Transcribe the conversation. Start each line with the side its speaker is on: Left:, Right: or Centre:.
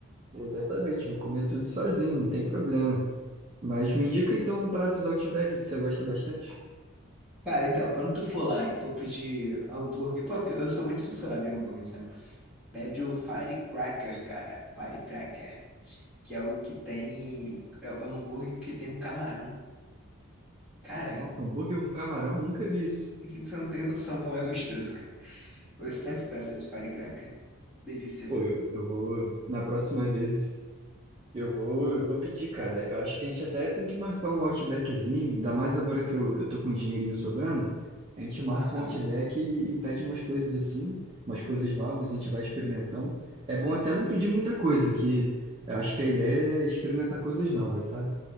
Right: Exatamente, vou comer tudo sozinho, não tem problema. Mas me indica então um prato do Outback que você gosta bastante.
Centre: Cara, então, quando tu for lá e for pedir hambúrguer, pô, porque eu sou muito fissurado em hambúrguer, sabe? Pede o Firecracker, cara. Firecracker. Que é o que tem. É o hambúrguer que tem um camarão. Cara,
Right: Caraca, hambúrguer com camarão, nunca vi isso.
Centre: <laughs> Você não tem noção como é gostoso, cara. Eu sempre peço esse firecracker. Delícia,
Right: Pô,
Centre: filho.
Right: eu, eu vou, na próxima vez, Eu vou, eu vou pedir, cara. Eu acho que a gente até tem que marcar um Outbackzinho, ainda mais agora que eu, eu tô com um dinheirinho sobrando. A gente marca
Centre: Aham.
Right: um Outback e, e pede umas coisas assim, umas coisas novas, a gente vai experimentando. É bom até não pedir muita coisa, que eu acho que a ideia é experimentar coisas novas, sabe?